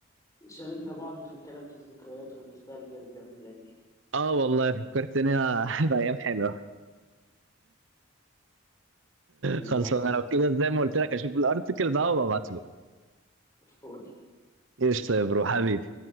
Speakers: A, on the left; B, on the right.
A: شاركنا بعض في الكلام في الذكريات والنوستالجيا الجميله دي
B: اه والله فكرتني <laughs> بايام حلوه
A: حبيبي
B: خلاص
A: يا حود
B: انا لو كده زي ما قلت لك اشوف الارتكل ده وابعته لك
A: فول
B: قشطه يا برو حبيبي